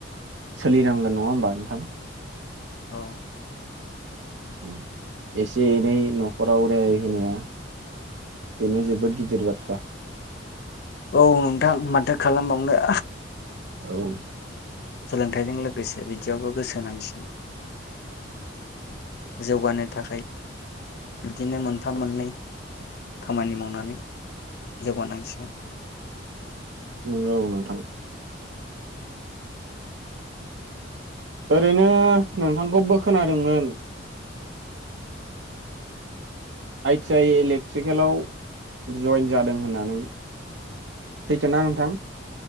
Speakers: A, on the right; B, on the left.
A: सोलिनांगोन नङा होमबा नोंथां?
B: औ
A: उम एसे एनै न'खराव रेहाय होनाया बेनो जोबोद गिदिर बाथ्रा।
B: औ नोंथां माथो खालामबावनो।
A: औ
B: सोलोंथाइजों लोगोसे बिदियावबो गोसोनांसिगोन। जौगानो थाखाय बिदिनो मोनथाम मोननै खामानि मावनानै जौगानांसिगोन।
A: नोंगौ नोंथां। ओरैनो नोंथांखौबो खोनादोंमोन आइ टि आइ इलेक्ट्रिकेलाव जयन जादों होननानै, सैथो ना नोंथां?